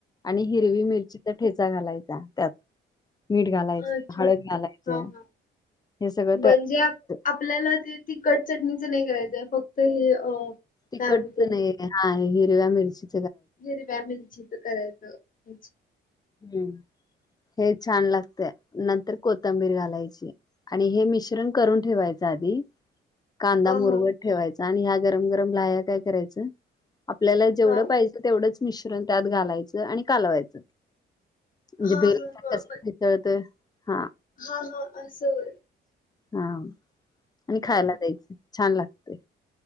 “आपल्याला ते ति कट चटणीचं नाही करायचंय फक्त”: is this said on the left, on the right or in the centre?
Left